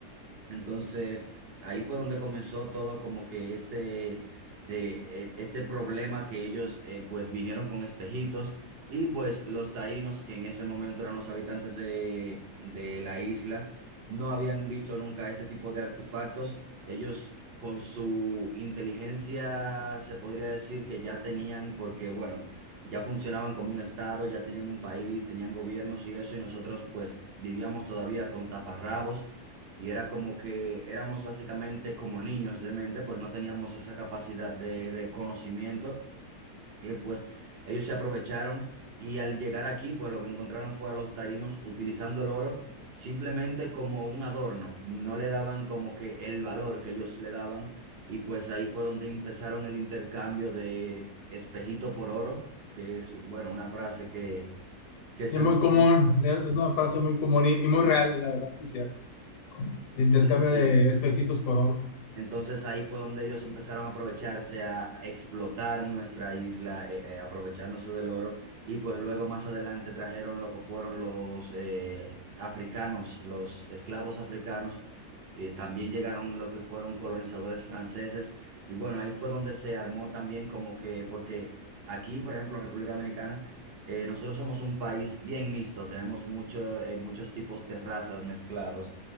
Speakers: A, on the right (about 60°); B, on the left (about 75°).
A: Entonces, ahí fue donde comenzó todo como que este, de, e- este problema que ellos eh, pues vinieron con espejitos y pues los taínos, que en ese momento eran los habitantes de, de la isla, no habían visto nunca este tipo de artefactos. Ellos con su inteligencia se podría decir que ya tenían, porque bueno, ya funcionaban como un estado, ya tenían un país, tenían gobiernos y eso, y nosotros pues vivíamos todavía con taparrabos. Y era como que éramos básicamente como niños de mente, pues no teníamos esa capacidad de, de conocimiento. Y pues ellos se aprovecharon y al llegar aquí, pues lo que encontraron fue a los taínos utilizando el oro simplemente como un adorno. No le daban como que el valor que ellos le daban. Y pues ahí fue donde empezaron el intercambio de espejito por oro, que es, bueno, una frase que, que se
B: y es muy
A: usa
B: común,
A: mucho.
B: es una frase muy común y, y muy real, la verdad, sí, cierto, con el intercambio
A: Sí, sí.
B: de espejitos por oro.
A: Entonces ahí fue donde ellos empezaron a aprovecharse, a explotar nuestra isla, eh, eh, aprovechándose del oro. Y pues luego más adelante trajeron lo que fueron los eh, africanos, los esclavos africanos. Eh, también llegaron lo que fueron colonizadores franceses. Y bueno, ahí fue donde se armó también como que, porque aquí, por ejemplo, República Dominicana, eh, nosotros somos un país bien mixto, tenemos mucho, eh, muchos tipos de razas mezclados.